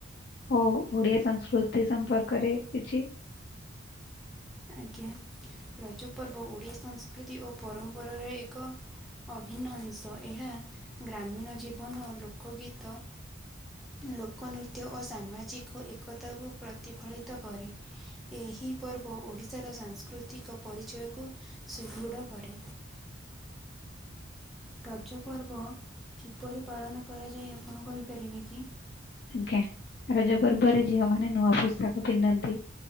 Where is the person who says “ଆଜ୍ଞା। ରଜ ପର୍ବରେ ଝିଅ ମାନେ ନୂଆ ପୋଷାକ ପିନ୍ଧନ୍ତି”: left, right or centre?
Left